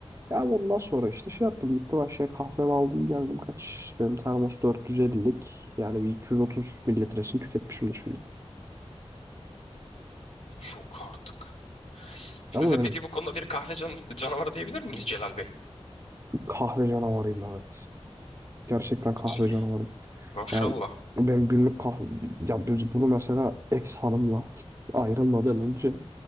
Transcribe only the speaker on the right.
Ya ondan sonra işte şey yaptım. Gittim aşağıya kahvemi aldım geldim. Kaç işte benim termos 450'lik. Yani bir 230 mililitresini tüketmişimdir şimdi.
Ama benim
Kahve canavarıyım evet. Gerçekten kahve
canavarıyım.
Yani benim günlük kahve... Ya biz bunu mesela ex hanımla ayrılmadan
önce